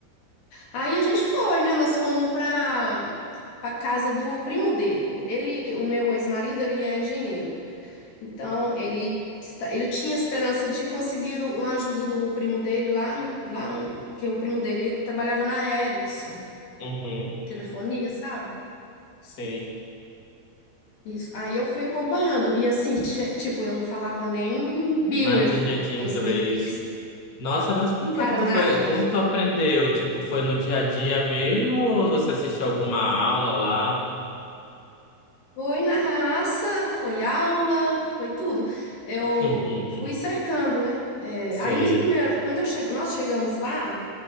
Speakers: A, on the left (about 60°); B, on the left (about 75°).
A: Aí a gente foi, né? Nós fomos pra, pra casa do primo dele. O- Ele, o meu ex-marido, ele é engenheiro. Então, ele, está, ele tinha esperança de conseguir uma ajuda do primo dele lá, no- lá no- que o primo dele trabalhava na Ericsson,
B: uhum,
A: telefonia, sabe?
B: sim.
A: Isso. Aí eu fui acompanhando. E assim, che- tipo, eu não falava nem beautiful.
B: Nadinha de inglês.
A: Eu não sabia o que que se-
B: Nossa, mas como
A: Cara,
B: foi que tu
A: nada.
B: foi? Como tu aprendeu? Tipo, foi no dia a dia mesmo ou você assistiu alguma aula lá?
A: Foi na raça, foi aula, foi tudo. Eu
B: <laughs>
A: fui cercando, né? É,
B: Sim,
A: aí nos primeiros. Quando eu che... nós chegamos lá,